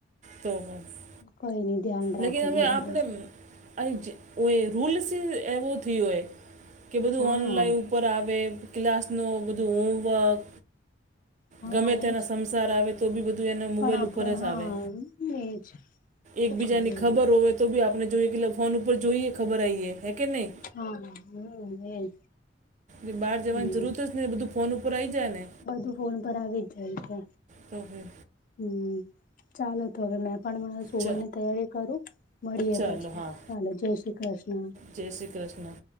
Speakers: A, on the right; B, on the left.
A: તોહ બસ.
B: કઈનઈ ધ્યાન રાખો
A: લેકીન અમે
B: બીજું
A: આપણે
B: તો શું
A: અને જે રૂલ્સ એવો થયો હોય કે બધું
B: હા
A: ઓનલાઈન પર આવે. ક્લાસનો બધું હોમવર્ક
B: હા
A: ગમે તેના
B: એજ
A: સંસાર આવે તો બી બધું એને મોબાઈલ
B: પણ આપડે
A: ઉપર
B: હા
A: જ આવે.
B: એજ શું
A: એકબીજાની
B: કરીએ હવે
A: ખબર હોવે તો બી આપને જોઈએ કે ફોન ઉપર જોઈએ ખબર આઈએ હે કે નહી?
B: હા હમ એજ
A: એ બહાર જવાની
B: હમ
A: જરૂરત જ ને બધું ફોન ઉપર આઈ જાય ને.
B: બધું ફોન પર આવી જ જાય છે.
A: હમ હમ.
B: હમ ચાલો તો હવે મે પણ સુવાની
A: ચ
B: તૈયારી કરું મળીએ
A: ચાલો
B: પછી
A: હા
B: ચાલો જય શ્રી કૃષ્ણ.
A: જય શ્રી કૃષ્ણ.